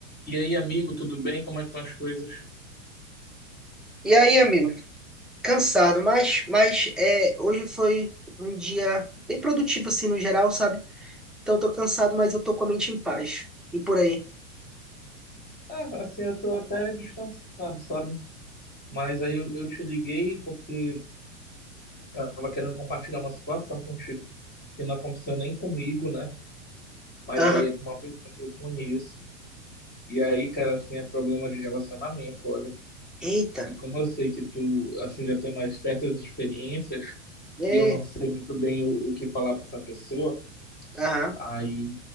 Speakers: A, on the left; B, in the centre.
A: E aí, amigo, tudo bem? Como é que estão as coisas?
B: E aí, amigo, cansado, mas, mas é, hoje foi um dia bem produtivo, assim, no geral, sabe? Então, eu tô cansado, mas eu tô com a mente em paz. E por aí?
A: Ah, assim, eu tô até distanciado sabe? Mas aí eu, eu te liguei porque tava querendo compartilhar uma situação contigo que não aconteceu nem comigo, né? Mas
B: Aham.
A: aí é com uma pessoa que eu conheço. E aí, cara, assim, é problema de relacionamento, olha.
B: Eita.
A: E como eu sei que tu, assim, já tem mais certas experiências
B: É.
A: e eu não sei muito bem o, o que falar pra essa pessoa,
B: Aham.
A: aí